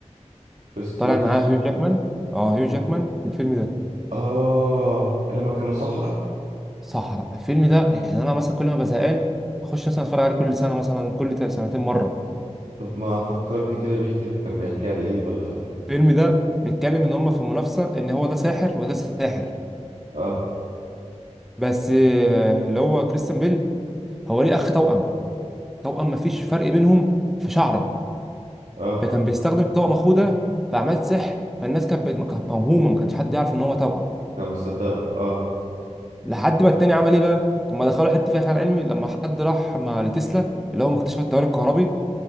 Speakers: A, on the right; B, in the centre.
A: برستيج
B: طالع معاه هيو جاكمان اه هيو جاكمان في الفيلم ده
A: اه لما كانوا صحراء
B: صحراء الفيلم ده يعني انا مثلا كل ما بزهقان اخش مثلا اتفرج عليه كل سنه مثلا كل تا- سنتين مره
A: طب ما فكرني كده بيه كده كان بيحكي عن ايه ولا
B: الفيلم ده بيتكلم ان هم في منافسه ان هو ده ساحر وده ساحر
A: اه
B: بس آه، اللي هو كريستيان بيل هو ليه اخ توأم توأم مفيش فرق بينهم في شعره
A: اه
B: فكان بيستخدم توأم اخوه ده في اعمال سحر فالناس كانت بت- ما كانت موهومه ما كانش حد يعرف ان هو توأم
A: كان بيصدقه اه
B: لحد ما التاني عمل ايه بقى هما دخلوا حته فيها خيال علمي لما حد راح مع لتسلا اللي هو مكتشف التيار الكهربي